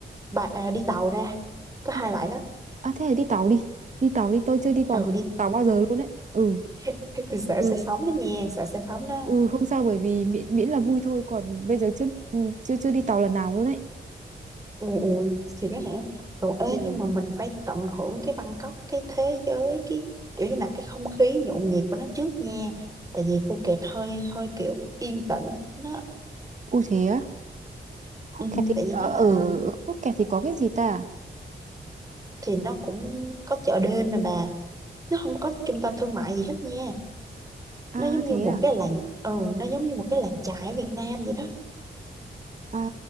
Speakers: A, on the right; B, on the right.
A: bà, à, đi tàu ra có
B: À,
A: hai loại đó
B: à thế thì đi tàu đi. Đi tàu đi, tôi chưa đi tàu,
A: ừ đi
B: tàu bao giờ luôn đấy. Ừ,
A: <laughs> thế tôi sợ
B: ừ,
A: say sóng đó nha sợ say sóng đó
B: ừ không sao bởi vì miễn miễn là vui thôi, còn bây giờ chưa chưa chưa đi tàu lần nào luôn đấy.
A: ừ, ừ, thì đó hả rồi ơi
B: Ừ.
A: nhưng mà mình phải tận hưởng cái Bangkok cái thế giới cái kiểu như là cái không khí nhộn nhịp của nó trước nha tại vì Phuket hơi hơi kiểu yên tĩnh nó
B: U thế á, Phúc
A: ừ,
B: Kẹt thì
A: tại vì
B: ở
A: nó là
B: ở ở Phúc Kẹt thì có cái gì ta?
A: thì nó cũng có chợ đêm nè bà nó không có trung tâm thương mại gì hết nha
B: À
A: nó giống
B: thế
A: như một
B: à.
A: cái làng ừ nó giống như một cái làng chài ở Việt Nam vậy đó
B: À